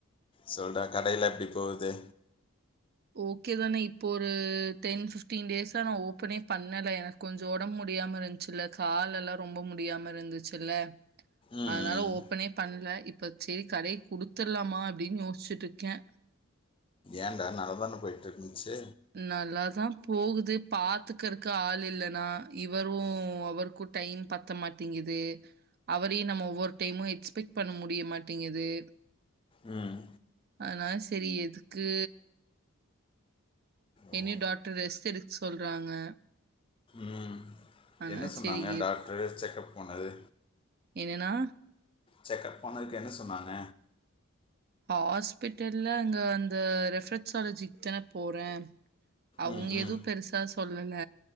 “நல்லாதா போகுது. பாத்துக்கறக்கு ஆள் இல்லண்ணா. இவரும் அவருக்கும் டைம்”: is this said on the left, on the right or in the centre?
Right